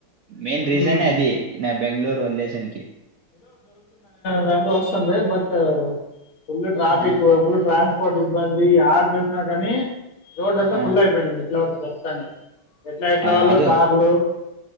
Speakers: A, on the right; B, on the left.
A: మెయిన్ రీజనే
B: ఉమ్
A: అది నా బెంగళూరు వదిలేసానికి
B: వెండ లో వస్తుంది బట్ ఫుల్ ట్రాఫిక్ప్పుడు
A: ఆ,
B: ట్రాన్స్ పోర్ట్ ఇబ్బంది ఆడు చూసిన కాని రోడ్డు అంతా
A: ఆ,
B: ఫుల్ అయిపోయిడుంది ఎట్లా వ ఖచ్చితంగా ఎట్లా ఎట్లా
A: ఆ,
B: వాళ్ళు
A: అదో
B: కార్లు